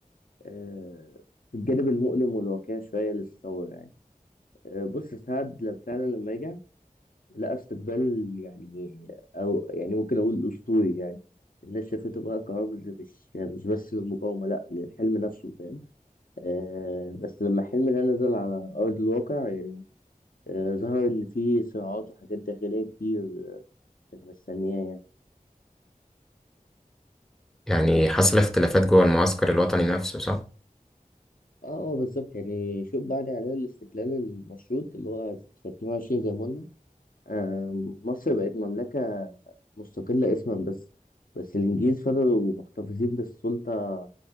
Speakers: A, on the left (about 75°); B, in the centre.
A: آه في الجانب المؤلم والواقعي شوية للثورة يعني آه بص سعد لما- فعلا لما رجع لقى استقبال يعني أو يعني ممكن أقول أسطوري يعني الناس شافته بقى كرمز مش مش بس للمقاومة لأ للحلم نفسه فاهم آه بس لما الحلم ده نزل على أرض الواقع يعني آه، ظهر إن في صراعات وحاجات داخلية كتير آه، كانت مستنياه يعني
B: يعني حصل اختلافات جوه المعسكر الوطني نفسه صح؟
A: اه آه، بالظبط يعني شوف بعد إعلان الاستقلال المشروط اللي هو في 22 زي ما قلنا آه، مصر بقت مملكة مستقلة اسما بس بس الإنجليز فضلوا محتفظين بالسلطة